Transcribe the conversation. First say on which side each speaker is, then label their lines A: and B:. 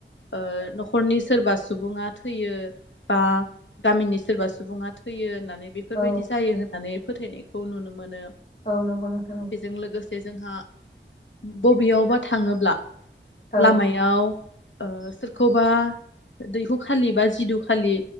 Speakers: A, on the left; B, on the left.
A: ओ नखरनि सोरबा सुबुङा थैयो बा गामिनि सोरबा सुबुङा थैयो होननानै बेफोर
B: औ
A: बायदि जायो होननानै फोथायनायखौ नुनो मोनो।
B: औ नंगौ नोंथां औ
A: बेजों लोगोसे जोंहा बबेयावबा थाङोब्ला
B: औ
A: लामायाव ओ सोरखौबा दैहुखालि बा जिदु खालि